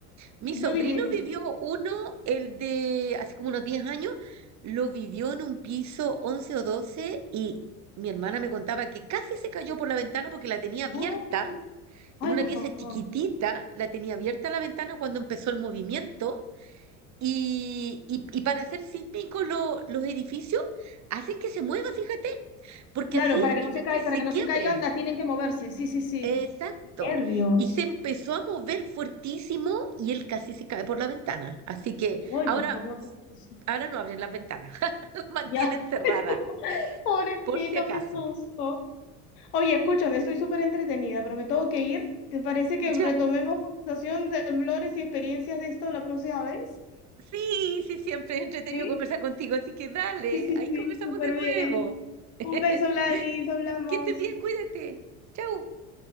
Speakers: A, on the right (about 40°); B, on the left (about 80°).
A: Mi
B: no,
A: sobrino
B: dime, dime.
A: vivió uno, el de hace como unos 10 años, lo vivió en un piso 11 o 12 y mi hermana me contaba que casi se cayó por la ventana porque la tenía abierta,
B: Oh, ay,
A: en una
B: por
A: pieza
B: favor.
A: chiquitita, la tenía abierta la ventana cuando empezó el movimiento y, y- y para hacer sísmicos lo- los edificios hacen que se mueva, fíjate, porque
B: Claro,
A: así
B: para
A: evitan
B: que no se caiga
A: que se
B: para que
A: quiebren.
B: no se caigan, la tienen que moverse. Sí, sí, sí.
A: Exacto.
B: Nervios.
A: Y se empezó a mover fuertísimo y él casi se cae por la ventana. Así que
B: Ay,
A: ahora,
B: por favor, qué susto.
A: ahora no abren las ventanas, <laughs> mantienen
B: Ya,
A: cerrada,
B: <laughs> pobrecitos,
A: por si acaso.
B: qué susto. Oye, escúchame, estoy súper entretenida, pero me tengo que ir. ¿Te parece que retomemos
A: Ya.
B: conversación de temblores y experiencias de esto la próxima vez?
A: Sí, sí, siempre es entretenido
B: Sí,
A: conversar contigo, así que dale,
B: sí, sí,
A: ahí
B: sí,
A: conversamos
B: súper
A: de nuevo.
B: bien.
A: <laughs>
B: Un beso, Gladys, hablamos.
A: Que estés bien, cuídate. Chau.